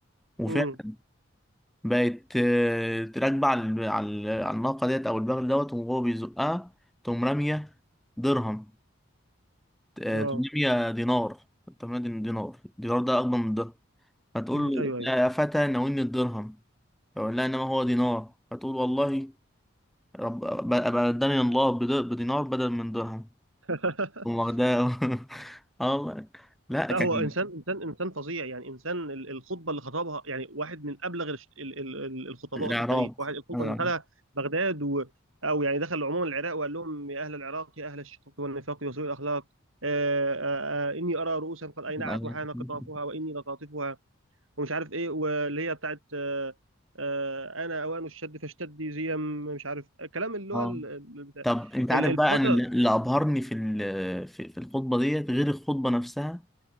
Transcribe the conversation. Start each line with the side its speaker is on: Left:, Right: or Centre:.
Centre: وفعلا
Right: امم
Centre: بقت آه، راكبه على ال- على ال- على الناقه ديت او البغل دوت وهو بيزقها تقوم راميه درهم آه،
Right: اه
Centre: تقوم راميه دينار تقوم رامية دينار الدينار ده اكبر من الدرهم فتقول
Right: مم.
Centre: له
Right: ايوه ايوه
Centre: يا فتى ناولني الدرهم فأقول لها إنما هو دينار فتقول والله رب أبقى قدامي الله بد- بدينار بدل من درهم
Right: <laughs>
Centre: تقوم واخداه <laughs> آه والله لا
Right: لا
Centre: كان
Right: هو انسان انسان انسان فظيع يعني انسان ال- الخطبه اللي خطبها يعني واحد من ابلغ الش- ال- ال- ال- الخطباء
Centre: العراق
Right: في التاريخ واحد الخطبه
Centre: آه.
Right: اللي دخلها بغداد و او يعني دخل عموما العراق وقال لهم يا اهل العراق يا اهل الشقاق والنفاق وسوء الاخلاق آه آه آه اني ارى رؤوسا قد اينعت
Centre: <laughs>
Right: وحان قطافها واني لطاطفها ومش عارف ايه واللي هي بتاعت آه آه انا اوان الشد فاشتدي زي مش عارف كلام اللي هو
Centre: اه
Right: ال- ال- بتاع-
Centre: طب انت
Right: ال-
Centre: عارف
Right: الفتره
Centre: بقى انا اللي اللي ابهرني في ال- في في الخطبه ديت غير الخطبه نفسها